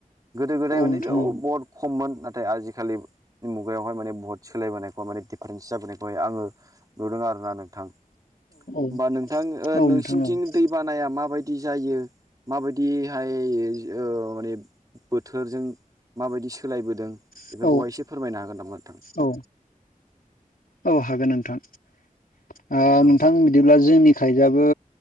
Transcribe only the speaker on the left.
नोंथां औ
औ
नोंथां
औ औ
औ औ हागोन नोंथां आ
नोंथां बिदिब्ला जोंनि खायजाबो